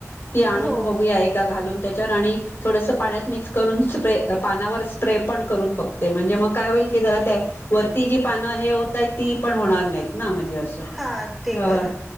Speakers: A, on the left; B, in the centre.
A: ती आणून
B: हो
A: बघूया एकदा घालून. त्याच्यावर आणि थोडस पाण्यात मिक्स करून स्प्रे पानावर स्प्रे पण करून बघते म्हणजे मग काय होईल की जरा त्या वरती जी पानं हे होत आहेत ती पण होणार नाहीत ना म्हणजे असं
B: हा ते
A: हां,
B: करा